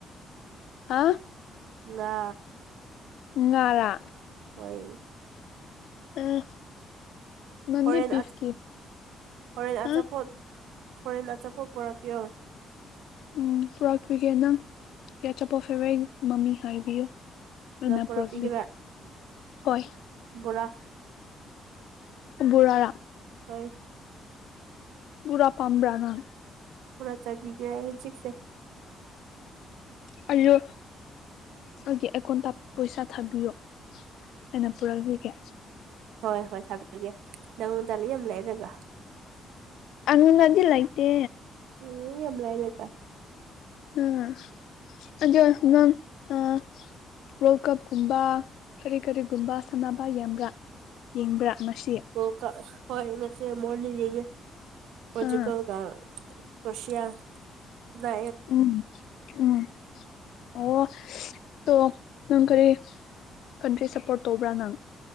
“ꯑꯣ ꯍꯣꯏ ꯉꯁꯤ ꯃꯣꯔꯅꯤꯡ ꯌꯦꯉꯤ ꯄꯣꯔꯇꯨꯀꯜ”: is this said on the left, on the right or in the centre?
Right